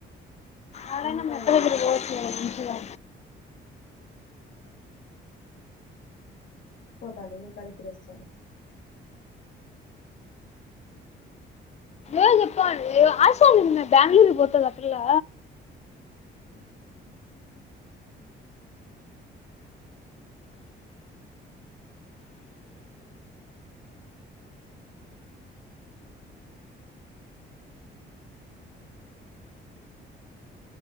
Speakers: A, on the left (about 35°); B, on the left (about 65°).
A: ఆడ
B: ఉంటాయి
A: అయినా మీ అత్త
B: ఉమ్
A: దగ్గరికి పోవచ్చు కదా మంచిగా.
B: హ పోతాలే నీ కాడికి కూడా వస్తాలే.
A: ఏం చెప్పాలి. ఆశా నిన్న బ్యాంగళూరు పోతది ఆ పిల్లా.